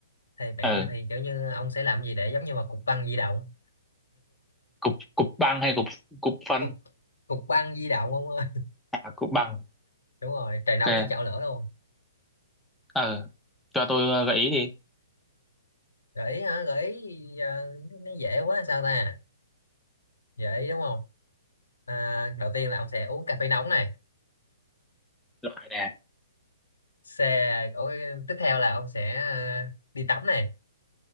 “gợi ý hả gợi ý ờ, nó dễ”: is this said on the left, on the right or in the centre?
Left